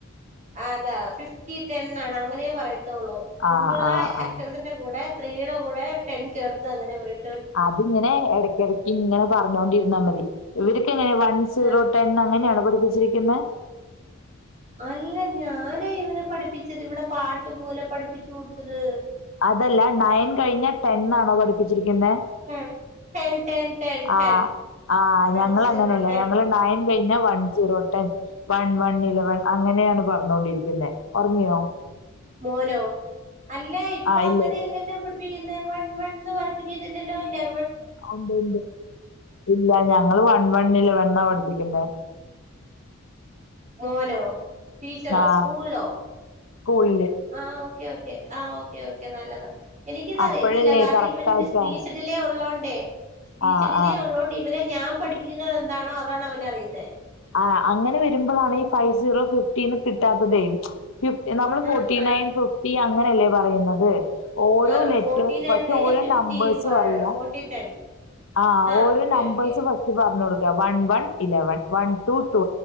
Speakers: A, on the right (about 35°); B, on the left (about 70°).
A: ആ അതാ ഫിഫ്റ്റി ടെൻ ആണ് അങ്ങനേ പറയത്തുള്ളൂ മുൻപുള്ള
B: ആഹ് ആഹ്
A: അക്ഷരത്തിന്റെ
B: ആഹ്
A: കൂടെ ത്രീയുടെ കൂടെ ടെൻ ചേർത്ത് അങ്ങനെ പറയ
B: അതിങ്ങനെ ഇടക്കിടയ്ക്ക് ഇങ്ങനെ പറഞ്ഞോണ്ടിരുന്നാൽ മതി ഇവർക്കെ എങ്ങനെ സീറോ
A: ആ
B: ടെൻ അങ്ങനെയാണ് പഠിപ്പിച്ചിരിക്കുന്നത്.
A: അല്ല ഞാനേ ഇവനെ പഠിപ്പിച്ചത് ഇവിടെ പാട്ട്പലെ പഠിപ്പിച്ചു കൊടുത്തത്.
B: അതല്ല നയൻ കഴിഞ്ഞ ടെന്ന ആണോ പഠിപ്പിച്ചിരിക്കുന്നത്.
A: ഹേ ടെൻ ടെൻ ടെൻ
B: ആ
A: ടെൻ
B: ആ്
A: വൺ
B: ഞങ്ങൾ
A: സീറോ
B: അങ്ങനെല്ല
A: ടെൻ
B: ഞങ്ങ നായൻ കയ്ഞ്ഞാവൺ zero ten one one eleven അങ്ങനെയാണ് പറഞ്ഞോൊണ്ടിരിക്കുന്നത് ഉറങ്ങിയോ?
A: മോനോ അല്ല ഇപ്പൊ
B: ആഹ് ഇല്ല
A: അങ്ങനെല്ല ലോ പിന്നെ മെൺ വൺ വൺ പടിപ്പിച്ചിട്ടില്ലല്ലോ ല്ലേ
B: ഓ ണ്ട് ണ്ട് ഇല്ല ഞങ്ങള് വൺ വണ്ണില് വണ്ണാ പഠിപ്പിക്കണ്ടേ പ
A: മോനോ ടീച്ചറോ
B: ആഹ്
A: സ്കൂളിലോ?
B: സ്കൂളില്
A: ആഹ് ഓക്കെ ഓക്കെ ആഹ് ഓക്കെ ഓക്കെ നല്ലതാ എനിക്കിത് അറിയത്തില്ല
B: അപ്പഴല്ലേ
A: കാരണം
B: കറക്റ്റ്
A: ഇവൻ
B: ആയിട്ടാ
A: സ്പീച്ചഡിലേ ഉള്ളോണ്ടേ സ്പീച്ചഡിലെ
B: ആഹ് ആഹ്
A: ഉള്ളതോണ്ട് ഇവരെ ഞാൻ പഠിപ്പിക്കുന്നത് എന്താണോ അതാണ് അവൻ അറിയുന്നത്
B: ആ അങ്ങനെ വരുമ്പോഴാണ് ഈ ഫൈവ് സീറോ ഫിഫ്റ്റിന്ന് കിട്ടാത്ത തേ ഫിഫ് നമ്മൾ ഫോർട്ടി
A: ആഹ് ആഹ്
B: നയൻ ഫിഫ്റ്റി അങ്ങനെയല്ലേ പറയുന്നത്. ഓരോ
A: ആഹ്
B: ലെറ്റേഴസ്
A: ഫോർട്ടി നയൻ
B: പക്ഷെ
A: കഴിഞ്ഞ
B: ഓരോ
A: ഫിഫ്റ്റി
B: നമ്പേഴ്സ് പറയാ
A: ഫോർട്ടി ടെൻ
B: ആഹ
A: ആഹ്
B: ഓരോ
A: ഓക്കെ
B: നമ്പേഴ്
A: ഓക്കെ
B: പസ്റ്റ് പ പറഞ്ഞ കൊടുക്ക one one eleven one two two